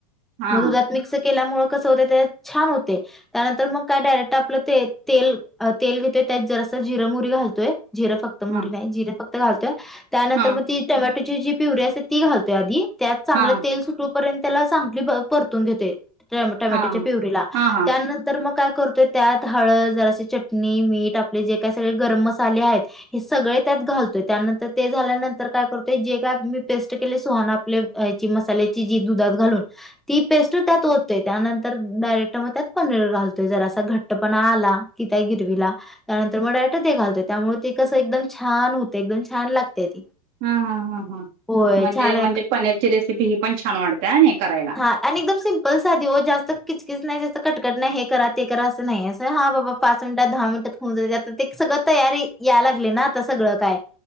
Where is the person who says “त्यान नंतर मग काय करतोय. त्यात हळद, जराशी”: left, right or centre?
Centre